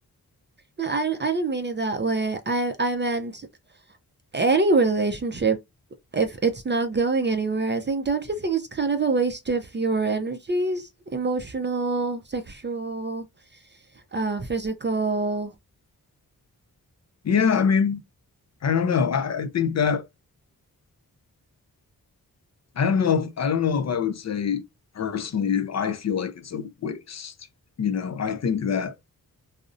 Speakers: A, on the right; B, on the left.
A: No, I I didn't mean it that way. I I meant any relationship if it's not going anywhere. I think don't you think it's kind of a waste of your energies, emotional, sexual, uh, physical.
B: Yeah, I mean, I don't know. I, I think that I don't know if I don't know if I would say personally if I feel like it's a waste. You know, I think that